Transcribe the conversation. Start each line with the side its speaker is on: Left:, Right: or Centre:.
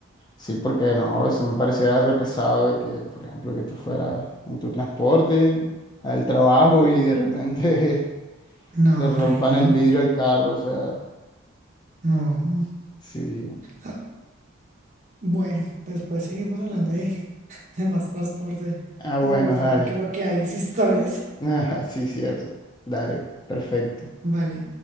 Left: sí, porque no, eso me parecía re pesado de que, por ejemplo, que tú fueras en tu transporte al trabajo y de repente <laughs>
Right: No,
Left: le rompan
Right: horrible.
Left: el vidrio al carro, o sea,
Right: No.
Left: sí.
Right: Ah, Bueno, después seguimos hablando de, <laughs> de más transporte
Left: Ah, bueno,
Right: en Bogotá,
Left: dale.
Right: porque lo que hay es historias.
Left: <laughs> Ah, sí, cierto. Dale, perfecto.
Right: Vale.